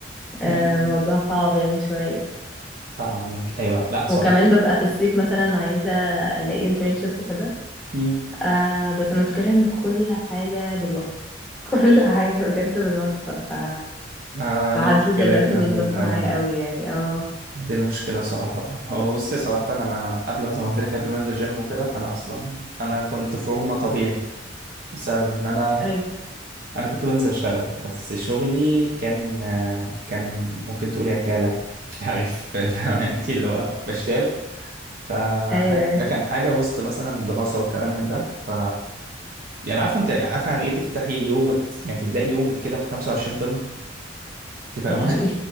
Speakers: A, in the centre; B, on the right.
A: آه
B: مم.
A: الموضوع صعب يعني شوية
B: فاهمك ايوه لا صح
A: وكمان ببقى في الصيف مثلا عايزة ألاقي internship وكده
B: مم.
A: آه بس المشكلة إن كل حاجة بالواسطة <laughs> كل حاجة بجد بالواسطة ف
B: آه
A: لحد
B: دي مشكلتنا
A: دلوقتي مش
B: في العالم
A: ظابطة معايا قوي يعني اه
B: دي المشكلة صراحة هو بصي صراحة أنا قبل ما زي ما قلت لك قبل ما أنزل جيم وكده فأنا أصلا أنا كنت فورمة طبيعي بسبب إن أنا
A: أيوة
B: أنا كنت بنزل أشتغل بس شغلي كان آه كان ممكن تقولي عتالة مش عارف <laughs> فاهم أنت اللي هو بشتال فده
A: أيوة أيوة
B: ده كان حاجة وسط مثلا الدراسة والكلام من ده ف يعني عارفه انت عارفه يعني ايه تفتحي يومك يعني تبداي يومك كده ب 25 طن انت فاهمه
A: يا لهوي
B: <laughs>